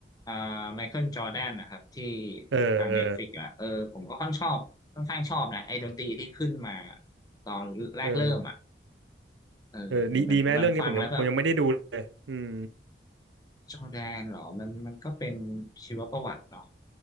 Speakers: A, on the left; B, on the right.
A: อ่าไมเคิลจอร์แดนนะครับที่
B: เออเออ
A: ทางเน็ตฟลิกอ่ะเออผมก็ค่อนชอบค่อนข้างชอบนะไอ้ดนตรีที่ขึ้นมาตอนแรกเริ่มอ่ะ
B: เออ
A: เออมันมันมันฟังแล้วแบบ
B: เออดีดีไหมเรื่องนี้ผมยังผมยังไม่ได้ดูเลยอืม
A: จอร์แดนเหรอมันมันก็เป็นชีวประวัติเนาะ